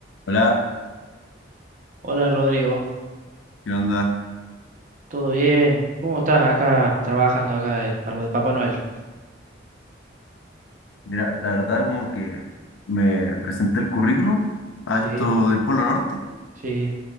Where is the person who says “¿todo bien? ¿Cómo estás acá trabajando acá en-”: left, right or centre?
Right